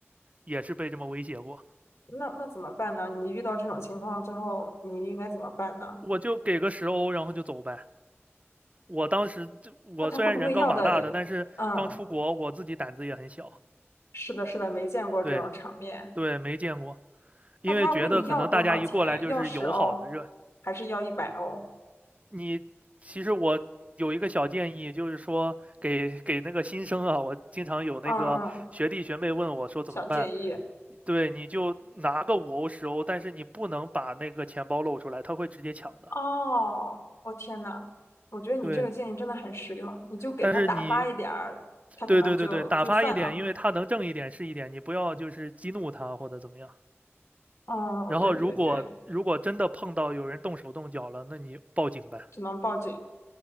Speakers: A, on the right; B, on the left.
A: 也是被这么威胁过，
B: 那那怎么办呢？你遇到这种情况之后，你应该怎么办呢？
A: 我就给个十欧，然后就走呗。我当时我虽然人高马大的，
B: 那他会不会要的？
A: 但是刚出国，
B: 嗯，
A: 我自己胆子也很小。
B: 是的，是的，没见过这种场面。
A: 对呀、对，没见过，因为觉得可能大家一过来就是友好的热。
B: 那他问你要多少钱呀？要十欧，还是要一百欧？
A: 你其实我有一个小建议，就是说给给那个新生啊，我经常有那个学弟学妹问我说怎么办，
B: 嗯嗯，小建议。
A: 对，你就拿个五欧十欧，但是你不能把那个钱包露出来，他会直接抢的。
B: 哦，我天呐，我觉得你这个建议真的很实用，
A: 对，
B: 你就给他打发一点儿，
A: 但是你，
B: 他可能就就算了。
A: 对对对对，打发一点，因为他能挣一点是一点，你不要就是激怒他或者怎么样。
B: 哦，
A: 然后如果如果真的碰到有人动手动脚了，
B: 对对对，
A: 那你报警呗。
B: 只能报警。